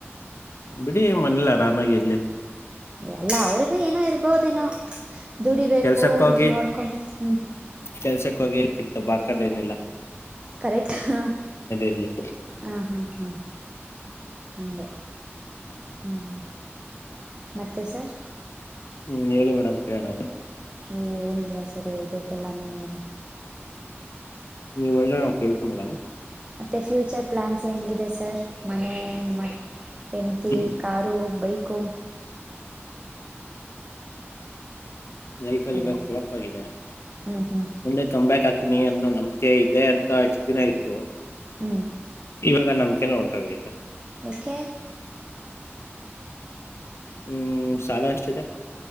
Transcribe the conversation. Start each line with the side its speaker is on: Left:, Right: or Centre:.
Left: ಬಿಡಿ ಮನೆಲ್ ಆರಾಮಾಗಿ ಇರ್ಲಿ.
Right: ಎಲ್ಲ ಅವ್ರಿಗೂ ಏನೋ ಇರ್ಬೋದೇನೋ. ದುಡಿಬೇಕು
Left: ಕೆಲ್ಸಕ್ಕ ಹೋಗಿ
Right: ನೋಡ್ಕೊಂಡ್ ಹ್ಮ್
Left: ಕೆಲ್ಸಕ್ಕ ಹೋಗಿ ಅಲ್ ಕಿತ್ತ ದಬಾಕದ ಎನ್ ಇಲ್ಲಾ.
Right: ಕರೆಕ್ಟ್ ಹ
Left: ಇರ್ಲಿ
Right: ಹಾ ಹ. ಹಂಗೆ ಹ್ಮ್ ಮತ್ತೆ ಸರ್.
Left: ಹ್ಮ್ ಹೇಳಿ ಮೇಡಮ ಕೆಳಣ.
Right: ಏನಿಲ್ಲ ಸರ್ ಹೇಬೇಕೆಲ್ಲ ನೀವೇ.
Left: ನೀವ್ ಹೇಳಿದ್ರೆ ನಾವ್ ಕೇಳ್ತೀವ್ ಮೇಡಮ್.
Right: ಮತ್ತೆ ಫ್ಯೂಚರ್ ಪ್ಲಾನ್ಸ್. ಹೆಂಗಿದೆ ಸರ್ ಮನೆ ಮ ಹೆಂಡತಿ
Left: ಹ್ಮ್
Right: ಕಾರು ಬೈಕ ಕು
Left: ಲೈಫ ಅಲ್ಲಿ
Right: ಹಲೋ
Left: ಇವಾಗ ಪ್ಲಪ್ ಆಗಿದೆ.
Right: ಹ್ಮ್ ಹ್ಮ್
Left: ಮುಂದೆ ಕಂಬ್ಯಾಕ್ ಆಗ್ತೀನಿ ಅನ್ನೋ ನಂಬಿಕೆ ಇದೆ ಅಂತ ಇಷ್ಟ ದಿನ ಇತ್ತು.
Right: ಹ್ಮ್
Left: ಇವಾಗ ನಮ್ಕೆನ ಹೊರ್ಟೊಗೈತೆ.
Right: ಯಾಕೆ.
Left: ಹ್ಮ್ ಸಾಲ ಅಷ್ಟಿದೆ